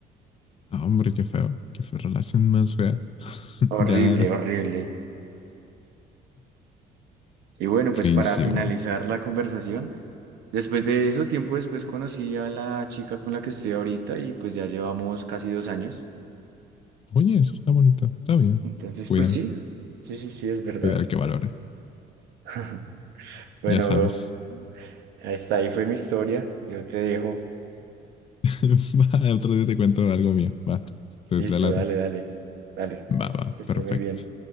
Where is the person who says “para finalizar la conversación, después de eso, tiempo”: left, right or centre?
Right